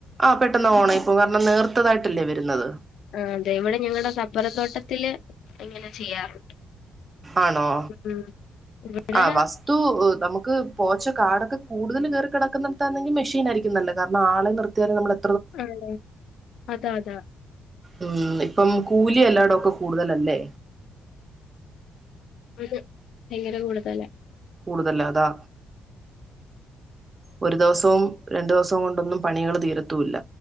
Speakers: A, on the right; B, on the left.
A: ആ പെട്ടെന്ന് ഓണങ്ങി ഇപ്പോ കാരണം നേർത്തതായിട്ടല്ലേ വരുന്നത്
B: ആ അതെ ഇവിടെ ഞങ്ങളടെ റബ്ബറത്തോട്ടത്തില് ഇങ്ങനെ ചെയ്യാറുണ്ട്
A: ആണോ
B: ഉം ഇവിടെ
A: ആ വസ്തൂ നമുക്ക് ക്ക് പോച്ച്ക്കാടൊക്കെ കൂടുതൽ കേറി കിടക്കുന്നിടത്താണെങ്കിൽ മെഷീനായിരിക്കും നല്ലത് കാരണം ആളെ നിർത്തിയാൽ നമ്മളെ
B: ആഹ് ലെ അതാ അതാ
A: ഉം ഇപ്പം കൂലി എല്ലാടൊക്കെ കൂടുതലല്ലേ
B: ആഹ് ഭയങ്കര കൂടുതലാ
A: കൂടുതല അതാ ഒരു ദിവസവും രണ്ടു ദിവസവും കൊണ്ടൊന്നും പണികൾ തീരത്തൂല്ല